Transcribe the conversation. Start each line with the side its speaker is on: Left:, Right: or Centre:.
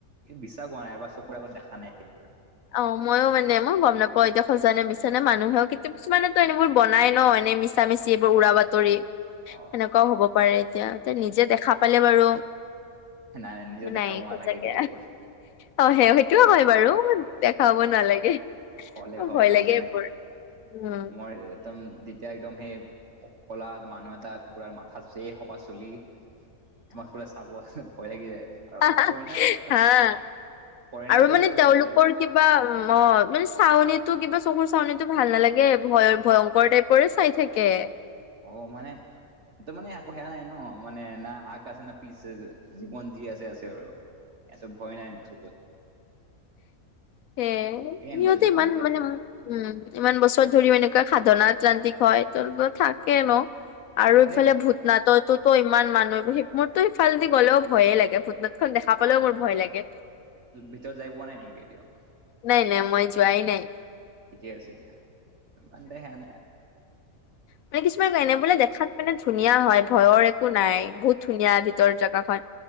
Right: বিশ্বাস হোৱা নাই এবাৰ চকুৰ আগত দেখা নাই এইবোৰ।
Left: অ মইও মানে মই গম নাপা হয় এতিয়া সঁচানে মিছানে মানুহেও কিন্তু কিছুমানেতো এনেবোৰ বনাই ন এনে মিছা মিছি এইবোৰ উৰা বাতৰি
Right: অ
Left: সেনেকুৱাও হব পাৰে, এতিয়া এ নিজে দেখা পালে বাৰু
Right: নাই নিজে
Left: নাই
Right: দেখা পোৱা
Left: সচাকে
Right: নালাগে দিয়া এইবোৰ।
Left: অ সেই সেইটোও
Right: কৰক
Left: হয় বাৰু। দেখাব নালাগে,
Right: হলে হওক
Left: ভয়
Right: নহলে
Left: লাগে এইবোৰ
Right: নাই
Left: উম।
Right: মই একদম যেতিয়া একদম সেই কলাত মানুহ এটা কুকুৰাৰ মাথা চ এই সপা চুলি- তোমাকবোলে চাব ভয় লাগি যায়। আৰু
Left: হাহ হাহ
Right: ফৰেনাৰ বোৰ
Left: হা।
Right: ফৰেনাৰ
Left: আৰু
Right: বোৰো
Left: মানে
Right: আহে
Left: তেওঁলোকৰ
Right: তাতে
Left: কিবা অ মানে চাৱনি ত কিবা চকুৰ চাউনটো ভাল নালাগে, ভয় ভয়ংকৰ টাইপৰে চাই থাকে।
Right: অঔ মানে, তো মানে একো সেয়া নাই ন, মানে না আগ আছে না পিচ আছে, জীৱন যি আছে আছে আৰু। ইয়াতো ভয় নাই ন সপত
Left: সে
Right: এনেকুৱা
Left: সিহঁতে
Right: জীৱন
Left: ইমান
Right: দিয়া
Left: মানে উম ইমান বছৰ ধৰিম এনেকুৱা - সাধনা ক্লান্তিক হয়, তো থাকে ন। আৰু
Right: পাৰে
Left: ইফালে ভূতনাথতো
Right: পাৰে
Left: ইমান মানুহ সেই মোৰ ত স ইফালেদি গ'লেও ভয়ে লাগে, ভূটনাথখন দেখা পালেও মোৰ ভয় লাগে।
Right: ভিতৰত যাই পোৱা নাই নেকি কেতিয়াও?
Left: নাই নাই মই যোৱাই নাই।
Right: থিকেই আছে দিয়া বাদ দে সেয়ানে
Left: মানে কিছুমান এনে বোলে দেখাত মানে ধুনীয়া হয়, ভয়ৰ একো নাই, বহুত ধুনীয়া ভিতৰ জেগা খন।